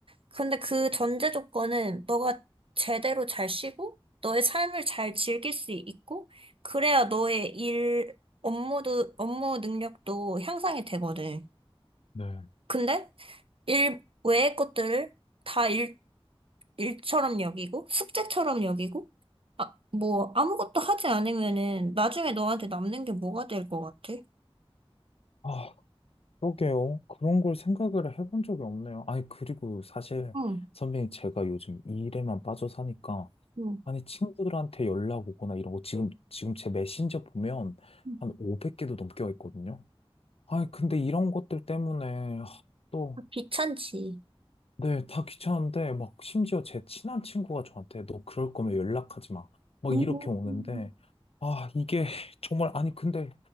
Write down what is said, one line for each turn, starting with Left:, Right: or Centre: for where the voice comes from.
Right: 근데 그 전제 조건은 너가 제대로 잘 쉬고, 너의 삶을 잘 즐길 수 있고, 그래야 너의 일, 업무도, 업무 능력도 향상이 되거든.
Left: 네,
Right: 근데 일 외의 것들을 다 일, 일처럼 여기고, 숙제처럼 여기고, 아, 뭐, 아무것도 하지 않으면은 나중에 너한테 남는 게 뭐가 될 것 같아?
Left: 아, 그러게요. 그런 걸 생각을 해본 적이 없네요. 아니, 그리고 사실
Right: 응,
Left: 선배님 제가 요즘 이 일에만 빠져 사니까
Right: 응,
Left: 아니, 친구들한테 연락 오거나 이런 거 지금, 지금 제 메신저 보면
Right: 응.
Left: 한 500개도 넘게 와 있거든요. 아니, 근데 이런 것들 때문에 하, 또
Right: 귀찮지.
Left: 네, 다 귀찮은데, 막, 심지어 제 친한 친구가 저한테, 너 그럴 거면 연락하지 마. 막,
Right: 음,
Left: 이렇게 오는데, 아, 이게, 정말, 아니, 근데,